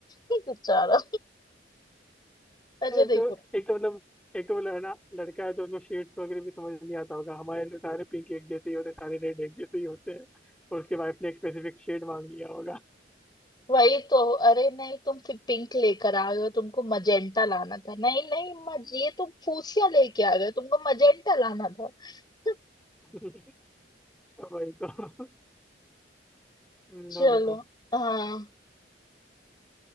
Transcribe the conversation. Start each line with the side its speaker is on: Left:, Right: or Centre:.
Left: <laughs> बेचारा अच्छा
Centre: <laughs> एक
Left: देखो
Centre: तो एक तो मतलब एक तो मतलब है ना लड़का है तो उसको शेड्स वगैरह भी समझ नहीं आता होगा हमारे तो सारे पिंक एक जैसे ही होते हैं सारे रेड एक जैसे ही होते हैं और उसके वाइफ ने एक स्पेसिफिक शेड मांग लिया होगा
Left: वही तो अरे नहीं तुम फिर पिंक लेकर आए हो तुमको मजेंटा लाना था नहीं नहीं मज ये तुम फूसिया लेके आ गए हो, तुमको मजेंटा लाना था <laughs>
Centre: <laughs> तो भाई तो हम्म,
Left: चलो
Centre: और बताओ
Left: हाँ